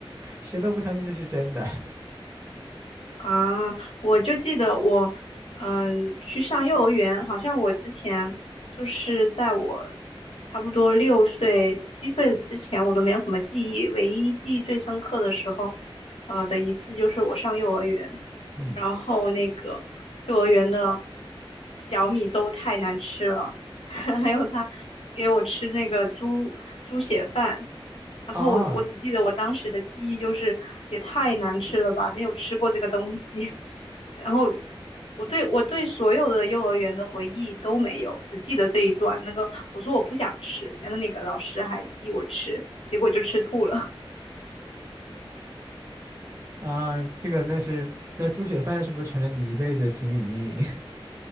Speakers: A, on the right; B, on the left.
A: 谁都不相信这是真的。<laughs>
B: 啊，我就记得我，嗯，去上幼儿园，好像我之前就是在我差不多六岁、七岁之前，我都没有什么记忆，唯一记忆最深刻的时候，呃的一次就是我上幼儿园，
A: 嗯，
B: 然后那个幼儿园的小米粥太难吃了，<laughs> 还有他给我吃那个猪猪血饭。然后我我只记得我当时的记忆就是也太难吃了吧，
A: 啊
B: 没有吃过这个东西。<laughs> 然后我对我对所有的幼儿园的回忆都没有，只记得这一段。那个我说我不想吃，然后那个老师还逼我吃，结果就吃吐了。
A: 啊，这个那是那猪血饭是不是成了你一辈子的心理阴影？<laughs>